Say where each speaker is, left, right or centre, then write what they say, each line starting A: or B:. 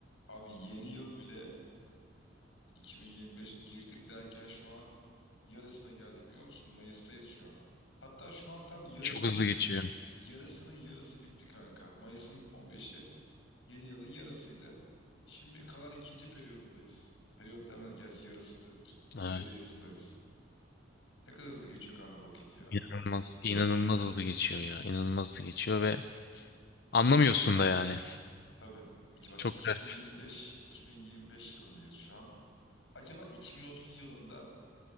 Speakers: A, on the left; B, on the left.
A: Abi yeni yıl bile 2025 girdik derken şu an yarısına geldik biliyor musun? Mayıs'tayız şu an. Hatta şu an tam yarısının
B: Çok hızlı geçiyor.
A: yarısının yarısı bitti kanka. Mayıs'ın 15'i yeni yılın yarısıydı. Şimdi kalan ikinci periyodundayız. Periyot demez gerçi yarısındadır.
B: Evet.
A: Yarı yarısındayız. Ne kadar hızlı geçiyor kanka vakit ya.
B: İnanılmaz. inanılmaz hızlı geçiyor ya. İnanılmaz hızlı geçiyor ve anlamıyorsun da yani.
A: Tabii. İki bak
B: Çok
A: 2025
B: garip.
A: 2025 yılındayız şu an. Acaba 2030 yılında